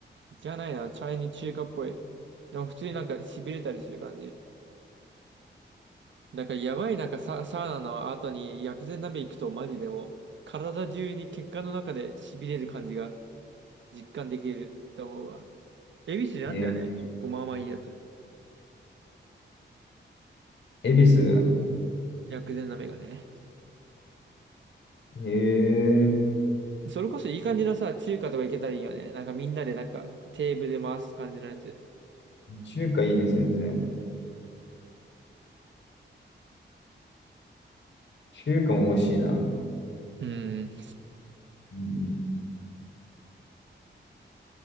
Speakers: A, on the right (about 75°); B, on the left (about 70°).
A: じゃないな。チャイニー中華っぽい。でも普通になんか痺れたりする感じ。なんからやばいなんかサ、サウナの後に薬膳鍋行くとマジでもう体中に血管の中で痺れる感じが実感できると思うわ。恵比寿なんだよね。
B: えー、
A: 一個まあまあいいやつ。
B: 恵比寿
A: 薬膳鍋がね。
B: えー、
A: それこそいい感じのさ、中華とか行けたらいいよね。なんかみんなでなんかテーブル回す感じのやつ。
B: 中華いいね、全然。中華も美味しいな。
A: うん。
B: うん、